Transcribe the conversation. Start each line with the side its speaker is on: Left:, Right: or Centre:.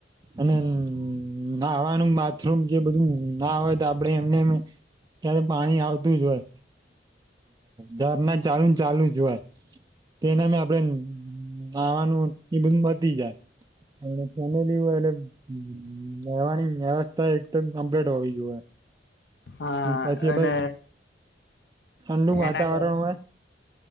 Right: અને નહાવાનું બાથરૂમ જે બધું ના હોય તો આપડે એમને ક્યારે પાણી આવતું જ હોય, ઝરણા ચાલુ ચાલુ જ હોય તેનામે આપડે નહવાનું એ બધું બતી જાય અને ફેમિલી હોય એટ હ એવાની વ્યવસ્થા એકદમ કમ્પ્લીટ હોવી જોઈએ.
Left: હા
Right: પછી
Left: અને
Right: બસ ઠંડુ વાતાવરણ
Left: એના કારણે
Right: હોય